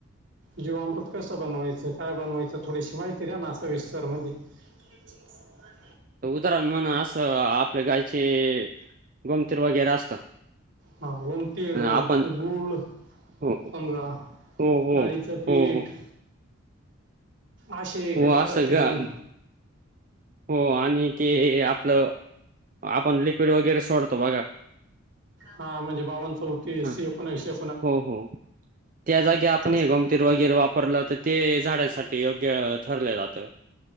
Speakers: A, on the right (about 60°); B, on the right (about 40°).
A: जीवामृत कसं बनवायचं काय बनवायचं, थोडीशी माहिती द्या ना सविस्तर मध्ये <inaudible>
B: उदाहरण म्हण असं आपल्या गायचे गोमतीर वगैरे असत.
A: ह गोमतीर,
B: आपण
A: गूळ.
B: हो. हो,
A: समजा
B: हो,
A: डाळीचं पीठ
B: हो, हो,
A: असे काही
B: हो असं
A: पदार्थ घेऊन
B: ग. हो आणि ते आपलं आपण लिक्विड वगैरे सोडतो बघा
A: हा म्हणजे बावन चौतीस
B: हां,
A: एकोणशे
B: हो हो त्या जागी आपण
A: त्याच
B: हे गमतीर वगैरे वापरलं ते झाडांसाठी योग्य ठरलं जातं.